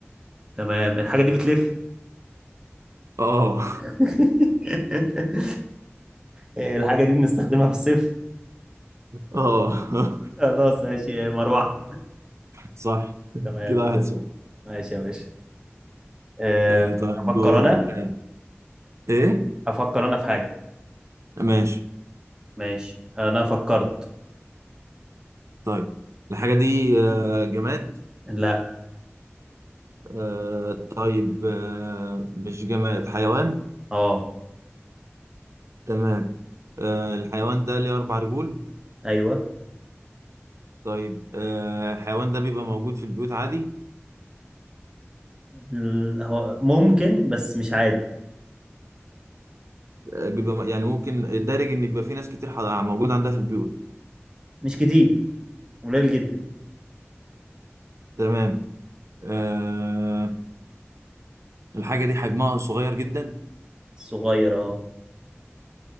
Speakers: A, on the right; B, on the right.
A: تمام الحاجة دي بتلف
B: اه
A: <laughs> الحاجة دي بنستخدمها في الصيف
B: <laughs> اه <laughs>
A: خلاص ماشي مروحة
B: صح
A: تمام
B: كده واحد
A: فل
B: صفر
A: ماشي يا باشا آه،
B: آه، طيب
A: أفكر
B: دور
A: أنا
B: آه، ايه
A: أفكر أنا في حاجة
B: ماشي
A: ماشي أنا فكرت
B: طيب الحاجة دي آه، جماد
A: لا
B: آه، طيب آه، مش جماد حيوان
A: أه
B: تمام آه، الحيوان ده ليه أربع رجول
A: أيوه
B: طيب آه، الحيوان ده بيبقى موجود في البيوت عادي
A: ال- هو ممكن بس مش عادي
B: آه، بيبقى يعني ممكن الدارج إن يبقى في ناس كتير ح- موجود عندها في البيوت
A: مش كتير قليل جدا
B: تمام آه الحاجة دي حجمها صغير جدا
A: صغير أه